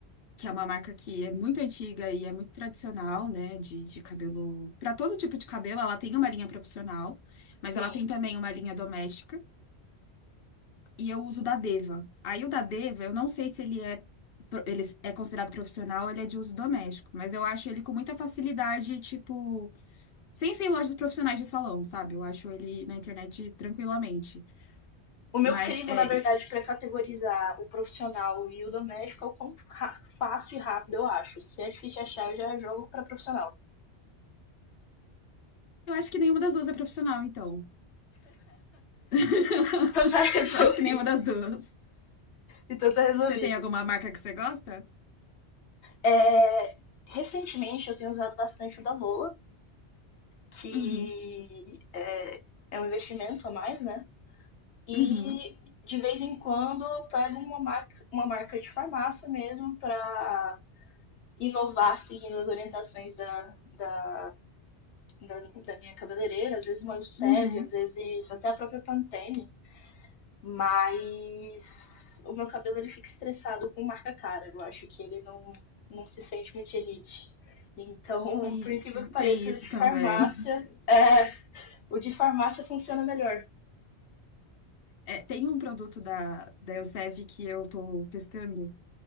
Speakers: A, on the left; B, on the left.
A: que é uma marca que é muito antiga e é muito tradicional, né, de, de cabelo. Para todo tipo de cabelo, ela tem uma linha profissional, mas
B: Sim.
A: ela tem também uma linha doméstica. e eu uso o da Deva. Aí o da Deva, eu não sei se ele é pro- ele é considerado profissional, ele é de uso doméstico, mas eu acho ele com muita facilidade, tipo, sem ser em lojas profissionais de salão, sabe? Eu acho ele na internet tranquilamente.
B: O meu
A: Mas
B: crivo,
A: é,
B: na verdade,
A: e-
B: para categorizar o profissional e o doméstico é o quão ra- fácil e rápido eu acho. Se é difícil de achar, eu já jogo para profissional.
A: eu acho que nenhuma das duas é profissional, então. <laughs>
B: Então tá <laughs> resolvido.
A: Eu acho que nenhuma das duas.
B: Então tá resolvido.
A: Você tem alguma marca que você gosta?
B: É, recentemente eu tenho usado bastante o da Lola, que
A: Uhum,
B: é, é um investimento a mais, né? E
A: uhum,
B: de vez em quando eu pego uma marca, uma marca de farmácia mesmo para inovar seguindo as orientações da, da da, da minha cabeleireira, às vezes uma Elseve,
A: uhum.
B: às vezes até a própria Pantene. Mas o meu cabelo ele fica estressado com marca cara. Eu acho que ele não, não se sente muito elite. Então,
A: Tem,
B: <laughs> por incrível
A: tem
B: que pareça,
A: tem isso
B: o de
A: também.
B: farmácia, é, o de farmácia funciona melhor.
A: É, tem um produto da, da Elseve que eu tô testando.